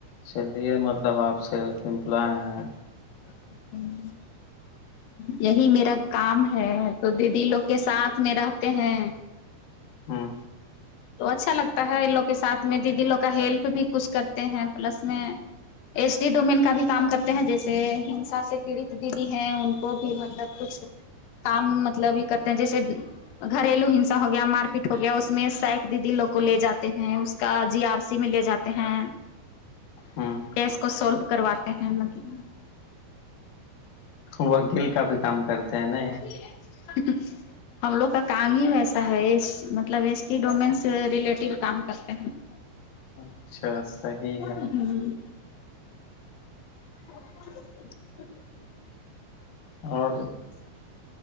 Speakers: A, on the left; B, on the left.
A: چلیے مطلب آپ سیلف امپلائے ہیں
B: ہوں یہی میرا کام ہے تو دیدی لوگ کے ساتھ میں رہتے ہیں
A: ہاں
B: تو اچھا لگتا ہے ان لوگ کے ساتھ میں دیدی لوگ کا ہیلپ بھی کچھ کرتے ہیں پلس میں ایس ڈی ڈوومین کا بھی کام کرتے ہیں جیسے ہنسا سے پیڑت دیدی ہیں ان کو بھی مطلب کچھ کام مطلب یہ کرتے ہیں جیسے گھریلو ہنسا ہو گیا مار پیٹ ہو گیا اس میں س دیدی لوگ کو لے جاتے ہیں اس کا جی آر سی میں لے جاتے ہیں
A: ہوں
B: کیس کو سولو کرواتے ہیں مطلب
A: وہ گل کا بھی کام کرتے ہیں نا
B: <inaudible> ہم لوگ کا کام ہی ویسا ہے مطلب اس کی ڈومین سے ریلیٹیو کام کرتے ہیں <inaudible>
A: اچھا صحی ہے
B: ہ <inaudible>
A: اور